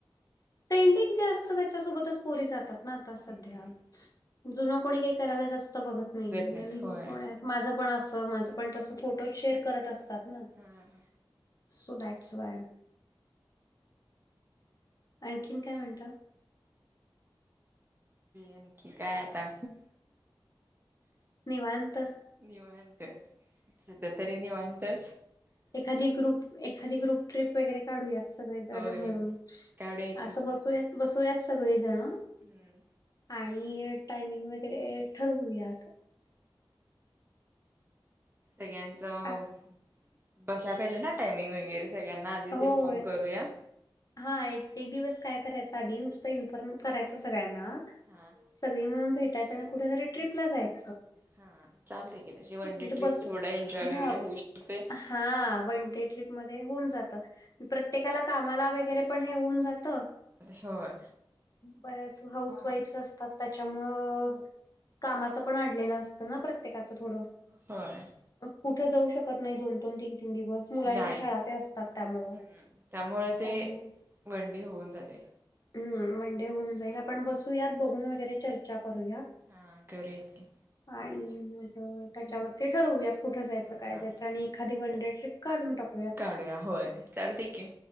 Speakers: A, on the left (about 45°); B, on the right (about 25°).
A: ट्रेडिंग जे असत त्याच्यासोबतच पोरी जातात ना आता सध्या.
B: हम्म
A: जुन कोणी काही करायला जास्त बघत नाही
B: नाहीत
A: नवीन
B: होय.
A: कोणा. माझं पण असं माझं पण तस फोटो शेअर करत असतात ना.
B: हा.
A: So that's why. आणखीन काय म्हणता
B: आणखी काय आता.
A: निवांत.
B: निवांत सध्या तरी निवांतच.
A: अधिक रूप. एखादी ग्रुप ट्रीप वगैरे काढूयात सगळे जण
B: होय.
A: मिळून.
B: कावडे एकी
A: असं बसूयात
B: चालतात की
A: बसूयात सगळी जण.
B: हम्म
A: आणि टायमिंग वगैरे ठरवूयात.
B: सगळ्यांचं.
A: आ-
B: बसायला पाहिजे ना टायमिंग वगैरे सगळ्यांना आधीच
A: होय.
B: इन्फॉर्म करूया.
A: हा एक एक दिवस काय करायचं आधी नुसतं इन्फॉर्म करायचं सगळ्यांना.
B: हा हा.
A: सगळी मिळून भेटायचं आणि कुठेतरी ट्रिपला जायचं.
B: हा चालते की त्याची वन
A: म्हणजे
B: डे ट्रिप
A: बसू
B: थोडा एन्जॉय
A: हा
B: वगैरे होऊ शकतय.
A: हा वन डे ट्रीपमध्ये होऊन जातं प्रत्येकाला कामाला वगैरे पण हे होऊन जातं.
B: होय
A: बऱ्याच हाऊस वाईफ्स असतात त्याच्यामुळं. कामाचा पण अडलेल असतं ना प्र. प्रत्येकाचं थोडं
B: होय
A: मग कुठं जाऊ शकत नाही दोन दोन तीन दिवस मुलांच्या
B: नाही
A: शाळा तेन असतात. त्यामुळं.
B: हम्म त्यामुळे ते
A: त्यामुळं
B: वन डे होऊन जाते.
A: हम्म वन डे होऊन जाईल आपण बसूयात बघून वगैरे चर्चा करूया.
B: हा करूयात की.
A: आणि मग त्याच्यावरती ठरवूयात कुठं जायचं
B: हा
A: काय
B: हा
A: जायचं आणि. आणि एखादी वन डे ट्रिप काढून टाकू.
B: काढूया होय चालते की.